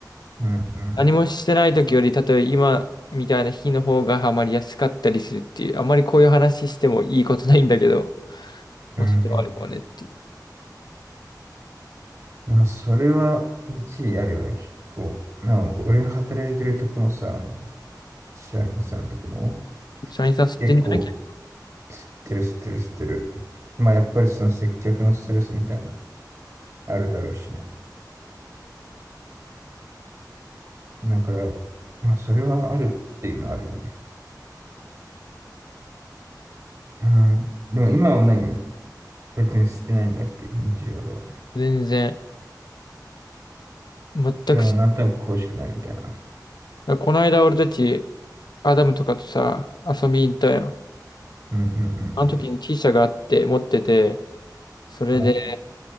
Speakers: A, on the right; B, on the left.
A: うんうん、
B: 何もしてない時より、例えば今みたいな日の方がハマりやすかったりするっていう、あんまりこういう話してもいいことないんだけど、
A: うん
B: まあ、それはあるかもねっていう。
A: うん。まあ、それは一理あるよね、結構。なお、俺の働いてるとこもさ、社員さんとかも、
B: 社員さん知ってんじゃない
A: 結構、知ってる知ってる知ってる。まあ、やっぱりその接客のストレスみたいな、あるだろうしね。だから、まあ、それはあるっていうのはあるよね。うん。でも今は何別に捨てないんだっけ日常では。
B: 全然、全く知、
A: でも、なんとなく恋しくなるみたいな。
B: この間俺たち、アダムとかとさ、遊びに行ったやん。
A: うんうん
B: あの時に
A: うん
B: T 社があって、持ってて、それで、
A: うん。